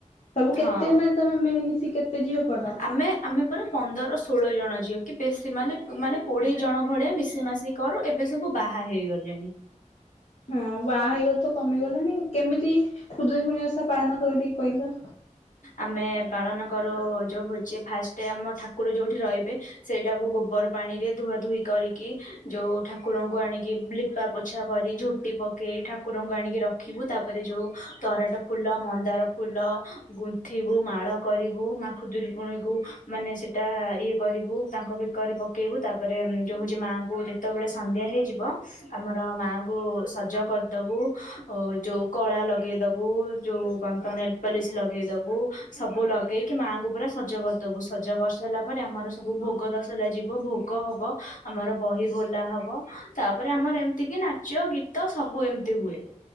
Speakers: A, on the left; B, on the left.
A: ସବୁ କେତେ
B: ହଁ।
A: ମାନେ ତମେ ମିଳିମିଶି କେତେ ଝିଅ କର?
B: ଆମେ ଆମେ ପୁରା ପନ୍ଦର ଷୋଳ ଜଣ ଝଅ କି ବେସି ସେମାନେ ମାନେ କୋଡିଏ ଜଣ ଭଳିଆ ମିଶିମାସିକି କରୁ ଏବେ ସବୁ ବାହା ହେଇଗଲେଣି।
A: ହଁ ବାହା ହେଇଗଲେ ତ କମିଗଲାଣି। କେମିତି ଖୁଦୁରୁକୁଣୀ ଓଷା ପାଳନ କରନ୍ତି ଟିକେ କହିଲ?
B: ଆମେ ପାଳନ କରୁ ଯୋଉ ହଉଛି ଫାଷ୍ଟ ଆମ ଠାକୁର ଯୋଉଠି ରହିବେ ସେ ଟାକୁ ଗୋବର ପାଣି ରେ ଧୁଆ ଧୁଇ କରିକି ଯୋଉ ଠାକୁରଙ୍କୁ ଆଣିକି ଲିପା ପୋଛା କରି। ଝୁଟି ପକେଇ। ଠାକୁରଙ୍କୁ ଆଣିକି ରଖ ରଖିବୁ। ତାପରେ ଯୋଉ ତରାଟ ଫୁଲ, ମନ୍ଦାର ଫୁଲ ଗୁନ୍ଥିବୁ ମାଳ କରିବୁ। ମା ଖୁଦୁରୁକୁଣୀକୁ ମାନେ ସେଟା ଇଏ କରିବୁ। ଦା ତାଙ୍କ ବେକରେ ପକାଇବୁ। ତାପରେ ଯୋଉ ହୋଉଛି ମାଆଙ୍କୁ ଯେତେବେଳେ ସନ୍ଧ୍ୟା ହେଇଯିବ ଆମର ମାଙ୍କୁ ସଜ କରିଦବୁ। ଯୋଉ କଳା ଲଗେଇଦବୁ। ଯୋଉ କନ୍ତ ନେଲ୍ପଲିସ ଲଗେଇ ଦବୁ। ସବୁ ଲଗେଇକି ମାଆଙ୍କୁ ପୁରା ସଜ କରିଦ ଦବୁ ସଜ କରିସାରିଲା ପରେ ଆମର ସବୁ ଭୋ ଭୋଗ ତଶଲା ଯିବ। ଭୋଗ ହବ। ଆମର ବହି ବୋଲା ହବ। ତାପରେ ଆମର ଏମିତି କି ନାଚ ଗୀତ ତ ସବୁ ଏମିତି ହୁଏ।